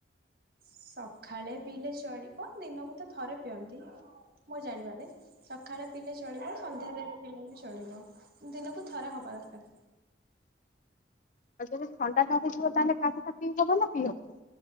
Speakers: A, on the right (about 50°); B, on the left (about 40°).
A: ସଖାଳେ ପିଇଲେ ଚଳିବ। ଦିନକୁ ତ ଥରେ ପିଅନ୍ତି ମୋ ଜାଣିବାରେ। ସକାଳେ ପିଲେ ଚଳିବ। ସନ୍ଧ୍ୟାରେ ପିଲେ ବି ଚଳିବ। ଦିନକୁ ଥରେ ହବା ଦରକାର।
B: ଆଉ, ଯଦି ଥଣ୍ଡା ନ ହଉଥିବ ତାହେଲେ, କାଢା ଟା ପିଇ ହବ ନା ପିଇ ହବନି?